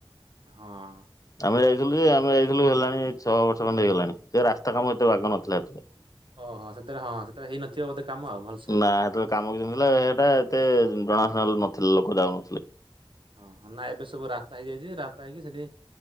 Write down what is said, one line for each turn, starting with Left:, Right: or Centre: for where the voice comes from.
Right: ହଁ।
Left: ଆମେ ଯାଇଥିଲୁ ଯେ ଆମେ ଯାଇଥିଲୁ ହେଲାଣି ଛଅ ବର୍ଷ ଖଣ୍ଡେ ହେଇଗଲାଣି ସେ ରାସ୍ତା କାମ ଏତେ ବାଗ ନଥିଲା ଏଥିରେ।
Right: ଓହୋ ସେଥିରେ ହଁ ସେଥିଟରେ ହେଇନଥିବ ବୋଧେ କାମ ଆଉ ଭଲ
Left: ନା ସେତେବେଳେ କାମ କିଛି ହର ନଥିଲା ସେଟା ଏତେ ଜଣାଶନାଲ ନଥିଲେ ଲୋକ ଯାାଉନଥିଲେ।
Right: ଓହୋ ନା ଏବେ ସବୁ ରାସ୍ତା ହେଇଯାଇଛି ରାସ୍ତା ହେଇକି ସେଠି